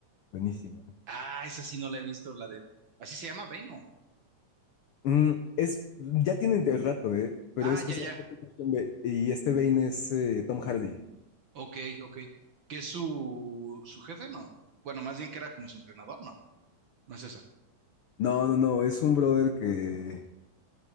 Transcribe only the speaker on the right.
ah, esa sí no la he visto, la de... Así se llama Bane, ¿no?
Ah,
ya, ya.
Ok, ok. ¿Qué es su, su jefe? No. Bueno, más bien que era como su entrenador, no. No es esa.